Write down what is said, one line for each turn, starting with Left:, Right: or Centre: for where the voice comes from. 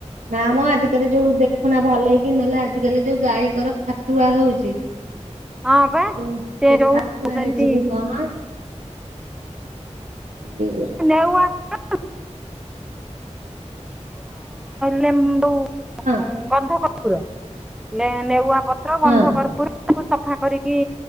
Right: ନାମୋ ଆଜିକାଲି ଯୋଉ ଦେଖୁନା ଭଲକିନି ନହେଲେ ଆଜିକାଲି ଯୋଉ ଗାଈଙ୍କର ଫାଟୁଆ ହଉଚି
Centre: ହଁ ପା
Right: ଯୋଉ
Centre: ସେ
Right: ସେଇ
Centre: ଯୋଉ
Right: ଫାଟୁଆ
Centre: ସେମିତି
Right: ହେଇଚିକି କଣ। କେଆଣି।
Centre: <unintelligible> ଲିମ୍ବୁ
Right: ହଁ।
Centre: ଗନ୍ଧ କର୍ପୂର ନେଉଆ ପତ୍ର
Right: ହଁ
Centre: ଗନ୍ଧ କର୍ପୂର ତାକୁ ସଫା କରିକି